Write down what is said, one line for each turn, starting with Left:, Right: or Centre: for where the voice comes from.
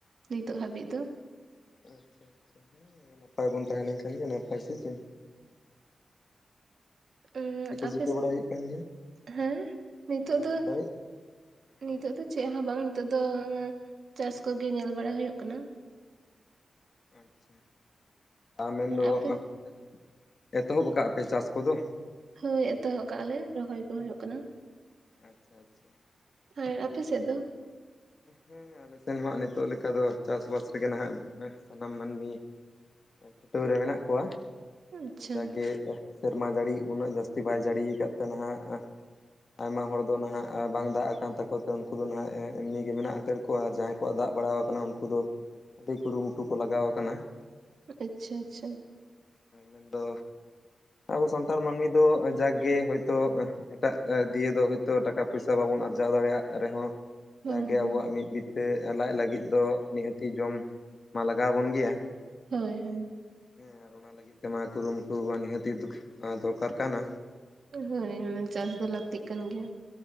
Right: ᱱᱤᱛᱚᱜ ᱦᱟᱹᱵᱤᱡ ᱫᱚ
Left: ᱟᱪᱪᱷᱟ ᱟᱪᱪᱷᱟ ᱦᱮᱸ ᱱᱟᱯᱟᱭ ᱵᱚᱱ ᱛᱟᱦᱮᱸ ᱞᱮᱱᱠᱷᱟᱱ ᱜᱮ ᱱᱟᱯᱟᱭ ᱥᱮ ᱪᱮ
Right: ᱮᱸ ᱟᱯᱮ
Left: ᱪᱤᱠᱟᱹ
Right: ᱥᱮᱫ
Left: ᱵᱟᱲᱟ ᱦᱩᱭᱩᱜ ᱠᱟᱱ ᱜᱮᱭᱟ
Right: ᱦᱮᱸ ᱱᱤᱛᱚᱜ ᱫᱚ
Left: ᱢᱮᱱ ᱫᱟᱲᱮᱭᱟᱜ ᱦᱮᱸ
Right: ᱱᱤᱛᱚᱜ ᱫᱚ ᱪᱮᱫ ᱦᱚᱸ ᱵᱟᱝ ᱱᱤᱛᱚᱜ ᱫᱚ ᱚᱱᱟ ᱪᱟᱥ ᱠᱚᱜᱮ ᱧᱮᱞ ᱵᱟᱲᱟ ᱦᱩᱭᱩᱜ ᱠᱟᱱᱟ
Left: ᱟᱪᱪᱷᱟ
Right: ᱟᱯᱮ
Left: <unintelligible> ᱮᱛᱚᱦᱚᱵ ᱠᱟᱜᱯᱮ ᱪᱟᱥ ᱠᱚᱫᱚ?
Right: ᱦᱳᱭ ᱮᱛᱚᱦᱚᱵ ᱠᱟᱜᱞᱮ ᱨᱚᱦᱚᱭ ᱠᱚ ᱦᱩᱭᱩᱜ ᱠᱟᱱᱟ ᱾
Left: ᱟᱪᱪᱷᱟ ᱟᱪᱪᱷᱟ ᱾
Right: ᱟᱨ ᱟᱯᱮ ᱥᱮᱫ ᱫᱚ?
Left: ᱦᱮᱸ ᱟᱞᱮ ᱥᱮᱱ ᱦᱚᱸ ᱦᱟᱜ ᱱᱤᱛᱚᱜ ᱞᱮᱠᱟ ᱫᱚ ᱪᱟᱥᱵᱟᱥ ᱨᱮᱜᱮ ᱱᱟᱜ ᱥᱟᱱᱟᱢ ᱢᱟᱹᱱᱢᱤ ᱪᱷᱩᱴᱟᱹᱣ ᱨᱮ ᱢᱮᱱᱟᱜ ᱠᱚᱣᱟ
Right: ᱟᱪᱪᱷᱟ
Left: ᱡᱟᱜᱮ ᱾ ᱥᱮᱨᱢᱟ ᱡᱟᱹᱲᱤ ᱩᱱᱟᱹᱜ ᱡᱟᱹᱥᱛᱤ ᱵᱟᱭ ᱡᱟᱹᱲᱤᱭ ᱟᱠᱟᱫ ᱛᱮ ᱱᱟᱦᱟᱜ ᱟᱭᱢᱟ ᱦᱚᱲ ᱫᱚ ᱱᱷᱟᱦᱟᱜ ᱵᱟᱝ ᱫᱟᱜ ᱟᱠᱟᱱ ᱛᱟᱠᱚ ᱛᱮ ᱩᱱᱠᱩ ᱫᱚ ᱱᱷᱟᱦᱟᱜ ᱮᱢᱱᱤ ᱜᱮ ᱢᱮᱱᱟᱜ ᱦᱟᱛᱟᱲ ᱠᱚᱣᱟ ᱟᱨ ᱡᱟᱦᱟᱸᱭ ᱠᱚᱣᱟᱜ ᱫᱟᱜ ᱵᱟᱲᱟᱣ ᱟᱠᱟᱱᱟ ᱩᱱᱠᱩ ᱫᱚ ᱟᱹᱰᱤ ᱠᱩᱨᱩᱢᱩᱴᱩ ᱠᱚ ᱞᱟᱜᱟᱣ ᱟᱠᱟᱱᱟ ᱾
Right: ᱟᱪᱪᱷᱟ ᱟᱪᱪᱷᱟ ᱾
Left: ᱢᱮᱱᱫᱚ ᱟᱵᱚ ᱥᱟᱱᱛᱟᱲ ᱢᱟᱹᱱᱢᱤ ᱫᱚ ᱡᱟᱜ ᱜᱮ ᱦᱳᱭᱛᱳ ᱮᱴᱟᱜ ᱫᱤᱭᱮ ᱫᱚ ᱦᱳᱭᱛᱳ ᱴᱟᱠᱟ ᱯᱚᱭᱥᱟ ᱵᱟᱵᱚᱱ ᱟᱨᱡᱟᱣ ᱫᱟᱲᱮᱭᱟᱜ ᱨᱮᱦᱚᱸ ᱾
Right: ᱦᱳᱭ
Left: ᱡᱟᱜᱮ
Right: ᱦᱳᱭ
Left: ᱟᱵᱚᱣᱟᱜ ᱢᱤᱫ ᱵᱤᱛᱟᱹ ᱞᱟᱡ ᱞᱟᱹᱜᱤᱫ ᱫᱚ ᱱᱤᱦᱟᱹᱛᱤ ᱡᱚᱢ ᱢᱟ ᱞᱟᱜᱟᱣ ᱟᱵᱚᱱ ᱜᱮᱭᱟ ᱾
Right: ᱦᱳᱭ ᱦᱳᱭ ᱾
Left: ᱦᱮᱸ ᱟᱨ ᱚᱱᱟ ᱞᱟᱹᱜᱤᱫ ᱛᱮᱢᱟ ᱠᱩᱨᱩᱢᱩᱴᱩ ᱢᱟ ᱱᱤᱦᱟᱹᱛᱤ ᱫᱩᱠ ᱫᱚᱨᱠᱟᱨ ᱠᱟᱱᱟ ᱾
Right: ᱦᱳᱭ ᱚᱱᱟ ᱪᱟᱥ ᱫᱚ ᱞᱟᱹᱠᱛᱤᱜ ᱠᱟᱱ ᱜᱮᱭᱟ ᱾